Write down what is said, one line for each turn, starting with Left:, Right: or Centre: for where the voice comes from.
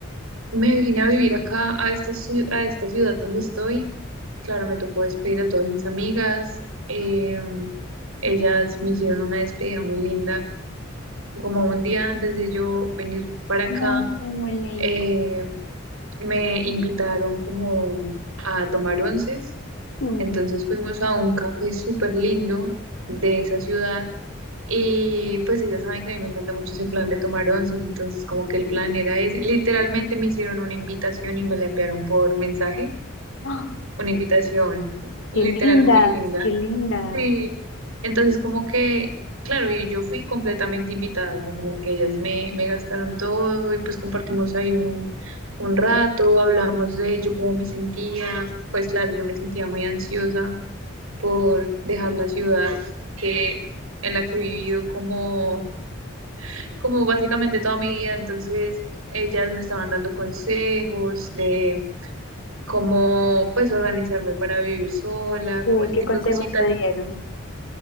Right: me vine a vivir acá, a esta, ci- a esta ciudad donde estoy. Claro, me tocó despedir a todas mis amigas. eh, ellas me hicieron una despedida muy linda, como un día antes de yo venir para acá.
Left: no, muy lindo.
Right: eh, me invitaron como a tomar onces,
Left: Mm.
Right: entonces fuimos a un café súper lindo de esa ciudad y pues sí, ya saben que a mí me encanta mucho ese plan de tomar onces, entonces como que el plan era ese, literalmente me hicieron una invitación y me la enviaron por mensaje,
Left: ¡Ah!
Right: una invitación literal
Left: qué lindas,
Right: muy linda.
Left: qué lindas.
Right: Sí, entonces como que, claro, y yo fui completamente invitada, o sea, como que ellas me, me gastaron todo y pues compartimos ahí un, un rato, hablamos de yo cómo me sentía, pues claro, yo me sentía muy ansiosa por dejar la ciudad que, en la que he vivido como, como básicamente toda mi vida, entonces ellas me estaban dando consejos de cómo pues organizarme para vivir sola,
Left: ¿Qué,
Right: como ese
Left: qué
Right: tipo
Left: consejos
Right: de cositas
Left: te dieron?